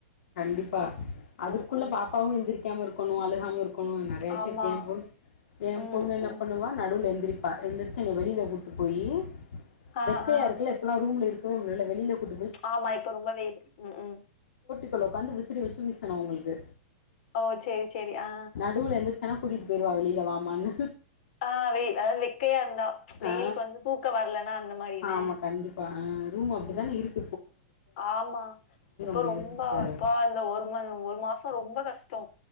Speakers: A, on the left; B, on the left.
A: கண்டிப்பா அதுக்குள்ள
B: ம் ம்
A: பாப்பாவு எந்திரி காம இருக்கணு அழுகாம இருக்கணு கும் நெறைய விஷய
B: ஆமா
A: எ பொன் எ
B: ம்
A: பொண்ணு என்ன
B: ம்
A: பண்ணுவா நடுவுல எந்திரி ப்ப எந்திரிச்சு என்ன வெளில கூட்டிட்டு போயி
B: ஆ
A: வெக்கையா
B: ஆ
A: இருக்குல்ல இப்ப எல்லா ரூம்ல இருக் கும் வெள்ள வெளில கூட்
B: ஆமா இப்போ ரொம்ப வெயில் க்கும்
A: கீழே உட்காந்து விசிறி வெச்சு வீசணு அவுங்களுக்கு
B: ஓ சேரி சேரி ஆ
A: நடுவுல எந்திரிச்சான்னா கூட்டிட்டு போயிடுவா வெளியில வாமா மண்ணு
B: ஆ வெய் வெயில் அதாவது வெக்கையா இருந்தா வெயிலுக்கு
A: ஆ
B: வந்து தூக்கோ வரலன்னா அந்த மாரின்னு
A: ஆமா கண்டிப்பா ஆ ரூம் அப்டித்தானே
B: ம்
A: இருக்
B: ஆமா இப்ப
A: முடியல
B: ரொம்ப
A: சிஸ்டர்
B: அப்பா இந்த ஒரு மண் ஒரு மாசோ ரொம்ப கஷ்டோ